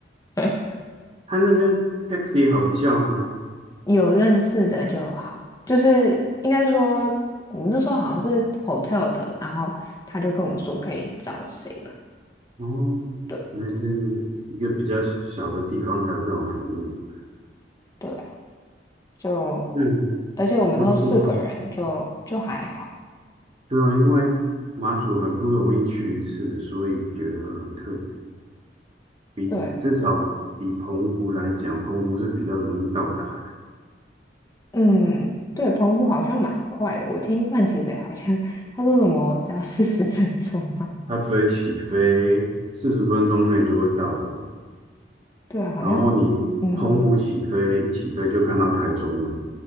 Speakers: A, on the left (about 20°); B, on the right (about 35°).
A: <laughs>
B: 他那边 taxi 好叫吗？
A: 有认识的就好，就是应该是说我们那时候好像是 hotel 的，然后他就跟我们说可以找谁吧，
B: 哦，
A: 对
B: 因为这是一个比较小的地方才有这种服务，
A: 对啊，就
B: 那
A: 而且我们那时候四个人就就还好，
B: 不错啊。对啊，因为马祖很不容易去一次，所以觉得很特别，比至少比澎湖来讲，
A: 对，
B: 澎湖是比较容易到达的，
A: 嗯，对，澎湖好像蛮快的。我听范琪斐好像他 <laughs> 说什么只要四十分钟嘛。
B: 它飞起飞四十分钟内就会到了
A: <laughs> 对啊，好像
B: 然后你澎湖起飞一起飞就看到台中了，
A: 嗯